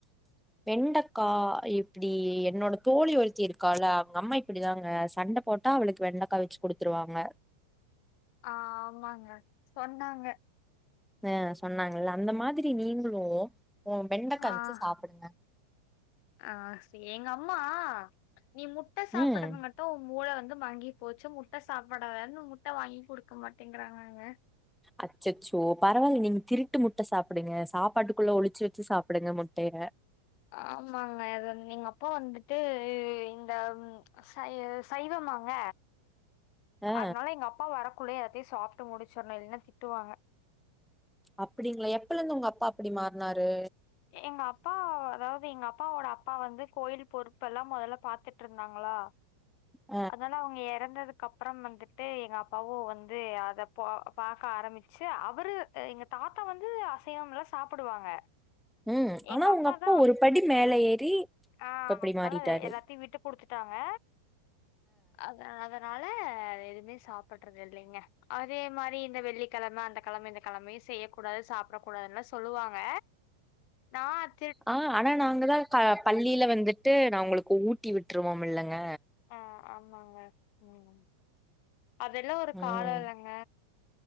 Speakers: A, in the centre; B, on the left (about 45°).
A: வெண்டக்கா எப்டி என்னோட தோழி ஒருத்தி இருக்கால அவங்க அம்மா இப்டிதாங்க சண்ட போட்டா அவளுக்கு வெண்டக்காய் வெச்சு கொடுத்துருவாங்க
B: ஆ ஆமாங்க சொன்னாங்க
A: ஆ சொன்னாங்கல்ல அந்த மாதிரி நீங்ளும் வெண்டக்க
B: ஆ
A: வச்சு சாப்பிடுங்க
B: ஆ செ எங்க அம்மா நீ முட்ட சாப்படுது
A: ம்
B: மட் டும் உ மூள வந்து மங்கி போச்சு முட்ட சாப்படாதனு முட்டை வாங்கி குடுக்க மாட்டேங்கிறாங்காங்க
A: அச்சச்சஓ பரவால்ல நீங்க திருட்டு முட்ட சாப்பிடுங்க சாப்பாட்டுக்குள்ள ஒழிச்சு வச்சு சாப்புடுங்க முட்டய
B: ஆமாங்க எங்க அப்பா வந்துட்டு இந்த சை சைவமாங்க
A: ஆ
B: அதனால எங்க அப்பா வரக்குள்ள எலாத்தையும் சாப்பிட்டு முடிச்சடனு இல்லன்னா திட்டுவாங்க
A: அப்படிங்களா எப்பல இருந்து உங்க அப்பா அப்டி மாறனாரு
B: எங்க அப்பா அதாவது எங்க அப்பாவோட அப்பா வந்து கோயில் பொறுப்பு எல்லாம் மொதல்ல பாத்துட்டு இருந்தாங்களா
A: ஆ
B: அதுல அவங்க இறந்ததுக்கு கப்பறம் வந்துட்டு எங்க அப்பாவோ வந்து அத போ பாக்க ஆரம்பிச்சு அவரு த எங்க தாத்தா வந்து அசைவம்ல சாப்டுவாங்க
A: ம்
B: எங்க
A: ஆனா
B: அப்பா
A: உங்க
B: தான்
A: ஒரு படி மேல ஏறி
B: ஆ
A: இப்ப இப்டி மாறிட்டாரு
B: நல்ல எல்லாத்தையும் விட்டு குடுத்து ட்டாங்க அத அதனால எதுமே சாப்பிடறது இல்லீங்க அதே மாரி இந்த வெள்ளிக்கழம அந்த கழம இந்த கழமயும் செய்யக் கூடாது சாப்படக் கூடாதுல்லா சொல்லுவாங்க நான்
A: ஆ ஆனா நாங்கதான் பள்ளியில வந்துட்டு நா உங்களுக்கு ஊட்டி விட்ருவோம் இல்லைங்க
B: ஆ ஆமாங்க ம் அதெல்லாம் ஒரு
A: ம்
B: காலோ இல்லங்க